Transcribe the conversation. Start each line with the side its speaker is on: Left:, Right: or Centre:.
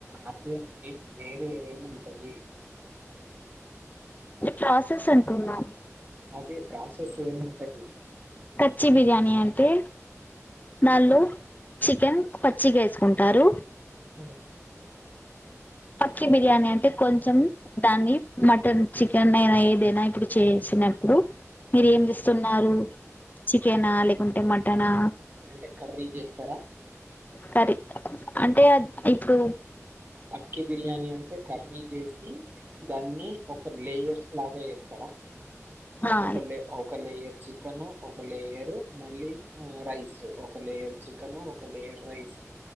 Right: అదే అండి వేరే ఏమి ఉంటది.
Left: ఇ ప్రాసెస్ అంటున్నా
Right: అదే ప్రాసెస్ ఏం ఉంటది.
Left: పచ్చి బిర్యానీ అంటే దాన్లో చికెన్ పచ్చిగా ఏసుకుంటారు
Right: హ్మ్.
Left: పక్కి బిర్యానీ అంటే కొంచం దాన్ని మటన్ చికెన్ అయినా ఏదైనా ఇప్పుడు చేసినప్పుడు మీరు ఏం చేస్తున్నారు చికెనా లేకుంటే మటనా
Right: అంటే కర్రీ చేస్తరా
Left: కర్రీ అంటే అద్ ఇప్పుడు
Right: పక్కి బిర్యానీ అంటే కర్రీ చేసి దాన్ని ఒక లేయర్స్ లాగా ఏస్తరా
Left: ఆ
Right: ఒక ఒక లేయర్ చికెన్ ఒక లేయరు మళ్ళీ రైస్ ఒక లేయర్ చికెన్ ఒక లేయర్ రైస్